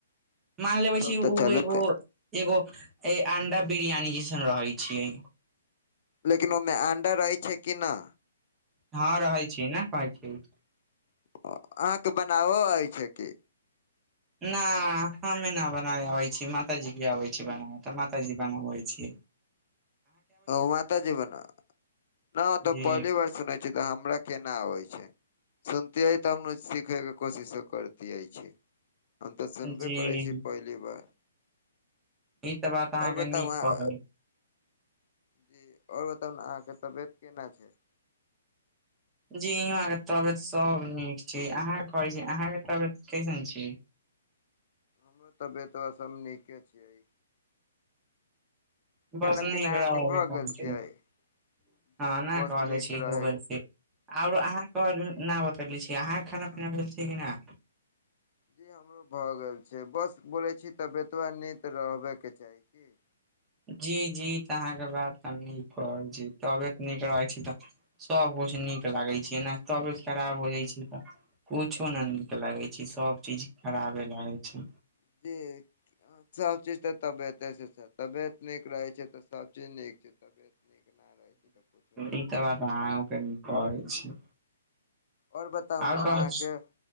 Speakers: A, on the right (about 15°); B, on the left (about 55°).
A: मान लेबे
B: तब
A: छी
B: तऽ
A: उ
B: चलू
A: एगो
B: तऽ
A: एगो ए अंडा बिरियानी जैसन रहै छियै।
B: लेकिन ओमे अंडा रहै छै कि नऽ?
A: हँ रहै छियै नइ कहइ छय?
B: <unintelligible> अहाँके बनाबो आइ छै की?
A: न हमे न बना आबै छीयै मातााजी केआबे छय बना तऽ माताजी बनाबय छै।
B: <inaudible> ओ माताजेी बना, न तो
A: जी
B: पहली बार सुनय छय हमरा केना आबै छै? सुनतियै तब ने सिखे के कोशिशो करतिये छी। हम तऽ सुनबे
A: जी
B: करै छी पहली बार।
A: ईत बात
B: आओर
A: आहा
B: बताउ
A: के नीक
B: अहाँ
A: <unintelligible>
B: जी और बताउ ने अहाँके तबियत केना छै?
A: जी इहं के तबियत सब नीक छै अहां के कहै छी अहां के तबियत कैसन छै?
B: हमरो तबियत <unintelligible> सब नीके छियै।
A: <unintelligible>
B: खाना पीना अहाँके भऽ गेल छियै
A: <unintelligible>
B: जी बस नीक रहै
A: और अहाँके
B: जी
A: न बतब छी, अहाँके खाना पीना भेल छय कि ना?
B: जी हमरो भऽ गेल छै बस बोलय छी तबियत नीत रहबेके चाही, की?
A: जी जी तऽ अहाँके बात हम नीक कहय छी। तबियत नीक रहै छै तऽ सभ कुछ नीक लागै छै एना तबियत खराब हो जाइ छै तऽ कुछो नहि नीक लगैत छै सभ चीज खराबे लागैत छै।
B: <unintelligible> सबचीज तऽ तबियते से छै तबियत नीक रहैत छै तऽ सबचीज नीक छै। नीक ना रहै छै तऽ कुछो नीक
A: ई
B: केना
A: तऽ बात
B: छै
A: अहके न कहै छी।
B: और बताउ न
A: आओर
B: अहाँके
A: कहै छी